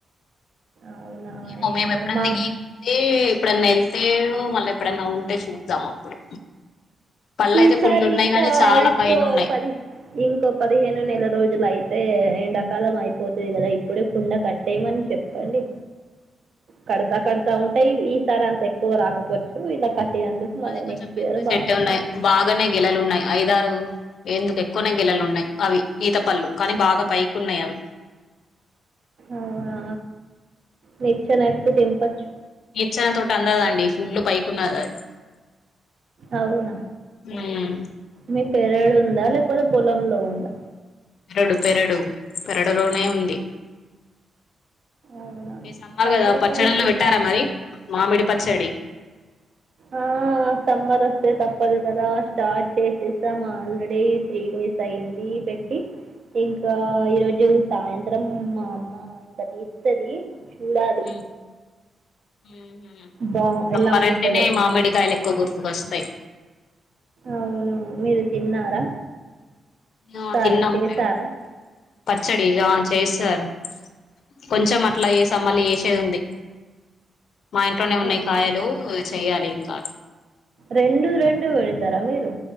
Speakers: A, on the right; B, on the left.
A: అవునా
B: ఏమో మేము ఎప్పుడన్నా
A: మా
B: గీతే ఇప్పుడన్నా ఏ తెడో మళ్ళీ ఎప్పుడైనా ఉంటే చూద్దాం అప్పుడు పళ్ళు అయితే
A: ఈసారి
B: ఫుల్ ఉన్నాయి
A: ఇంక
B: గానీ చాలా
A: ఐకో
B: పైన ఉన్నాయి
A: పదిహ ఇంకో పదిహేను నెల రోజుల యి తే ఎండాకాలం అయిపోతుది కదా ఇప్పుడే కుండ కట్టేయమని చెప్పండి. కడతా కడతా ఉంటాయి ఈ సారి అంత ఎక్కువ రాకపోవచ్చు ఇలా తే అందుకు మరో
B: అది కొంచెం
A: నెక్స్ట్
B: పెద్ద
A: ఇయర్ బాగా
B: చెట్టే
A: వస్తాయి.
B: ఉన్నాయి బాగానే గేలలు ఉన్నాయి ఐదారు ఎందుకు ఎక్కువనే గిలెలు ఉన్నాయి అవి ఈత పళ్లు కానీ బాగా పై కున్నాయం
A: అవునా నిచ్చనఎక్కు తెంపచ్చు
B: నిచన తోటి అందదండి ఫుల్ పైకున్నది అది
A: అవునా
B: ఉమ్
A: మీ పెరడు ఉందా, లేకపోతే పొలంలో ఉందా?
B: పెరడు పెరడు పెరడులోనే ఉంది.
A: అవునా
B: ఈ సమ్మర్
A: మామిడికాయలు
B: గదా పచ్చడన్న
A: తిన్నారా
B: పెట్టారా మరి మామిడి పచ్చడి
A: ఆ ఆ సమ్మర్ వస్తే తప్పదు కదా స్టార్ట్ చేసేసాం ఆల్రెడీ త్రీ డేస్ అయింది. పెట్టి ఇంకా ఈరోజు సాయంత్రం మా అమ్మ ఇంకా తీస్తది. చూడాలి.
B: ఉమ్ ఉహు
A: బా
B: సమ్మర్
A: ఎలా
B: అంటేనే
A: ఉంటుందో
B: మామిడికాయల్ ఎక్కో గుర్తుకొస్తాయి.
A: అవును మీరు తిన్నారా?
B: యా
A: సారీ
B: తిన్నం
A: చేశారా
B: మేం పచ్చడి గా చేసాం కొంచం అట్ల ఏసాం మళ్ళీ ఏసేద్ ఉంది. మా ఇంట్లోనే ఉన్నయి
A: అవును
B: కాయలు చెయ్యాలి ఇంకా
A: రెండు రెండు వెడ్తరా మీరు